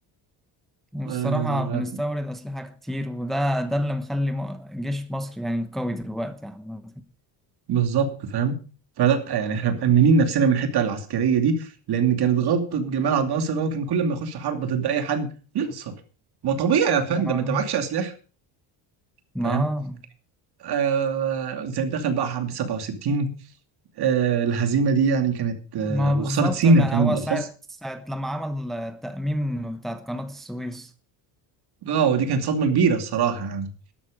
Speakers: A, in the centre; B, on the right.
A: والصراحة
B: آه
A: بنستورد أسلحة كتير وده ده اللي مخلي م- جيش مصر يعني قوي دلوقتي عامة
B: بالظبط فاهم فلا يعني احنا مأمنين نفسنا من الحته العسكريه دي لان كانت غلطه جمال عبد الناصر اللي هو كان كل ما يخش حرب ضد اي حد يخسر ما طبيعي يا فندم
A: ما
B: انت معكش اسلحه
A: ما
B: فاهم آه زي دخل بقى حرب 67 آه الهزيمه دي يعني كانت آه
A: ما
B: وخساره
A: بالظبط
B: سينا
A: ما
B: كمان
A: هو
B: بالاخص
A: ساعة ساعة لما عمل التأميم بتاعت قناة السويس
B: اه ودي كانت صدمه كبيره الصراحه يعني